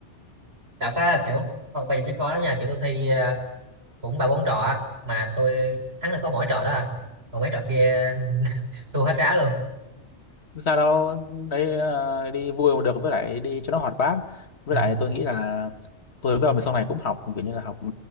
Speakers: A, on the right (about 60°); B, on the left (about 65°).
A: đọc á Đạo có kiểu không coi vậy chứ khó lắm nha kiểu tôi thi ờ, cũng ba bốn trò á mà tôi thắng được có mỗi trò đó à còn mấy trò kia <laughs> tôi hết ráo luôn
B: Không sao đâu đấy ờ, đi vui mà được với lại đi cho nó hoạt bát với
A: ừ.
B: lại tôi nghĩ là tôi với ông thì sau này cũng học kiểu như là học ừ,